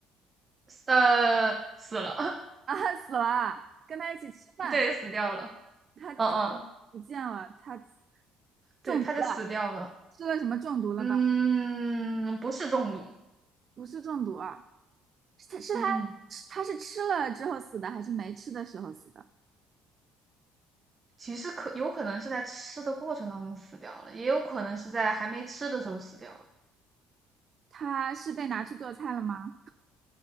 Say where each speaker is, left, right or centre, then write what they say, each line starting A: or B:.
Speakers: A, on the right; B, on the right.
A: 呃，死了，<laughs>
B: 啊，死了，跟他一起吃饭，
A: 对，死掉了。
B: 他突然不见了，
A: 嗯嗯，
B: 他中毒了，
A: 对，他就死掉了。
B: 吃了什么中毒了吧？
A: 嗯，不是中毒。
B: 不是中毒啊，是他是他吃他是吃了之后死的，
A: 嗯嗯。
B: 还是没吃的时候死的？
A: 其实可有可能是在吃的过程当中死掉了，也有可能是在还没吃的时候死掉了。
B: 他是被拿去做菜了吗？